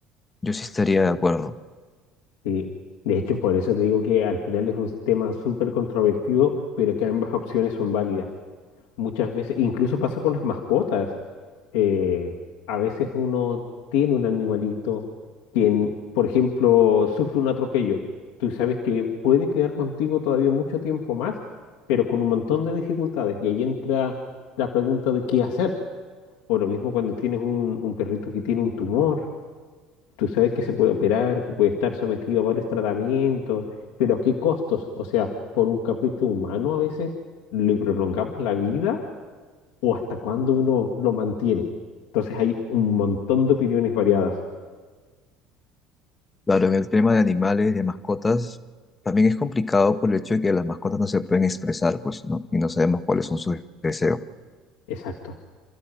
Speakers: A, on the left; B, on the left.
A: yo sí estaría de acuerdo.
B: sí. De hecho, por eso te digo que al final es un tema súper controvertido, pero que ambas opciones son válidas. Muchas veces, incluso pasa con las mascotas. eh, a veces uno tiene un animalito quien, por ejemplo, sufre un atropello. Tú sabes que puede quedar contigo todavía mucho tiempo más, pero con un montón de dificultades. Y ahí entra la pregunta de qué hacer. O lo mismo cuando tienes un, un perrito que tiene un tumor. Tú sabes que se puede operar, que puede estar sometido a varios tratamientos, pero ¿a qué costos? O sea, por un capricho humano a veces le prolongamos la vida o hasta cuándo uno lo mantiene. Entonces hay un montón de opiniones variadas.
A: Claro, en el tema de animales, de mascotas, también es complicado por el hecho de que las mascotas no se pueden expresar, pues, ¿no? Y no sabemos cuáles son sus deseos.
B: Exacto.